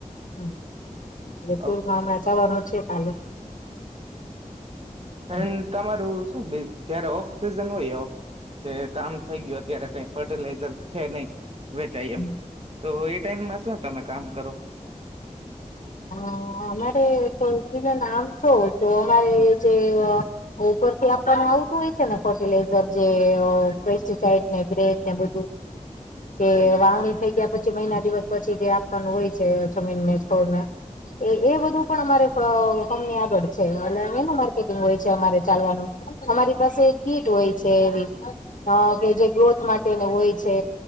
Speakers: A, on the left (about 70°); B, on the right (about 50°).
A: હમ <unintelligible>
B: ઓકે
A: છે કાલે હમ્મ.
B: એ તમારું શું જય્યારે ઓફ સિઝન હોય ઓફ કે કામ થઈ ગયું અત્યારે કઈ ફર્ટિલાઈઝર છે ન‌ઈ વેચાય
A: હમ્મ.
B: એમ તો એ ટાઈમમાં શું તમે કામ કરો
A: હ અમારે તો નામ છો તો અમારે જે હું ઉપરથી આપવા આવુ હું હોય છે ને ફર્ટિલાઈઝર જે પેસ્ટીસાઈડ ને બ્રેડ ને બધું <inaudible> કે
B: હમ
A: વાવણી થઈ ગયા પછી પછી મહિના દિવસ પછી જે આપવાનું હોય છે જમીન ને છોડને એ એ બધું પણ અમારે કંપની આગળ છે એટ એનું માર્કેટિંગ હોય છે અમારે. ચાલવાનું અમારી પાસે કીટ હોય છે એવી કે જે ગ્રોથ માટેને હોય છે,